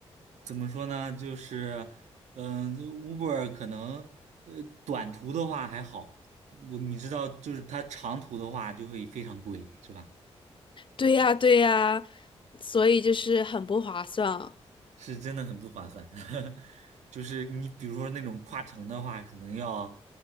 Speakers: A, on the right; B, on the left.
A: 怎么说呢？就是，嗯、u b e r 可能，呃，短途的话还好，我你知道，就是它长途的话就会非常贵，是吧？
B: 对呀，对呀，所以就是很不划算。
A: 是真的很不划算，<laughs> 就是你比如说那种跨城的话，可能要